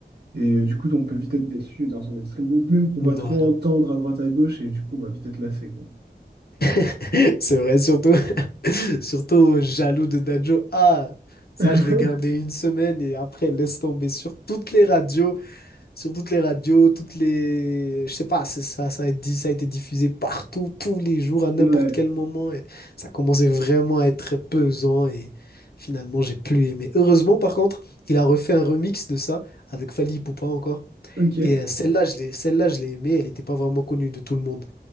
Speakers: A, on the right; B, on the left.
A: Et euh, du coup, on peut vite être déçu d'un son mainstream, ou même qu'on
B: Voilà.
A: va trop entendre à droite à gauche, et du coup, on va vite être lassé, quoi.
B: <laughs> C'est vrai, surtout, <laughs> surtout jaloux de Dadjo. Ah, ça,
A: <laughs>
B: je l'ai gardé une semaine et après, laisse tomber sur toutes les radios. sur toutes les radios, toutes les... Je sais pas, c'est ça, ça a été, ça a été diffusé partout, tous les jours, à n'importe
A: Ouais,
B: quel moment. Et ça commençait vraiment à être pesant et finalement, j'ai plus aimé. Heureusement, par contre, il a refait un remix de ça avec Fally Poupa encore.
A: ok.
B: Et euh, celle-là, je l'ai, celle-là, je l'ai aimée, elle n'était pas vraiment connue de tout le monde.